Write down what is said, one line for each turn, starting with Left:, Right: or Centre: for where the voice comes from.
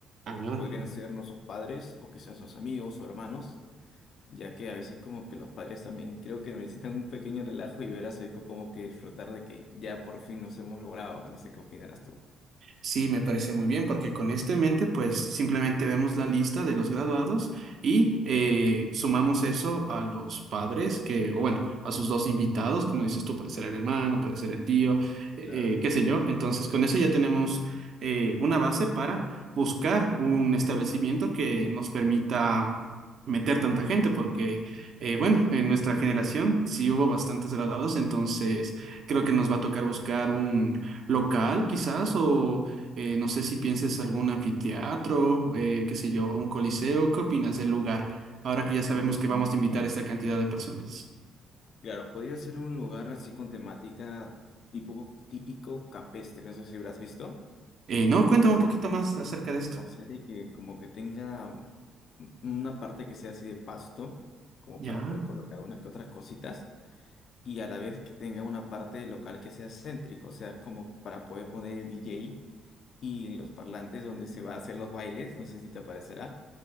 Right: Ah,
Left: Podrían ser nuestros padres o quizás sus amigos o hermanos, ya que a veces como que los padres también creo que necesitan un pequeño relajo y ver a su hijo como que disfrutar de que ya por fin nos hemos logrado. No sé qué opinarás tú.
Right: Sí, me parece muy bien, porque con esto en mente, pues simplemente vemos la lista de los graduados y eh, sumamos eso a los padres que, o bueno, a sus dos invitados, como dices tú, puede ser el hermano, puede ser el tío, eh,
Left: Claro.
Right: qué sé yo. Entonces, con eso ya tenemos eh, una base para buscar un establecimiento que nos permita meter tanta gente, porque, eh, bueno, en nuestra generación sí hubo bastantes graduados, entonces creo que nos va a tocar buscar un local quizás o eh, no sé si pienses algún anfiteatro, eh, qué sé yo, un coliseo. ¿Qué opinas del lugar? Ahora que ya sabemos
Left: Mm,
Right: que vamos a invitar a esta cantidad de personas.
Left: Claro, podría ser un lugar así con temática tipo típico campestre, no sé si habrás visto.
Right: Eh, no, cuéntame un poquito más acerca de esto.
Left: O sea, de que como que tenga mm, una parte que sea así de pasto, como
Right: Ya.
Left: para poder colocar unas que otras cositas, y a la vez que tenga una parte local que sea céntrico, o sea, como para poder poner el DJ y los parlantes donde se va a hacer los bailes, no sé si te aparecerá.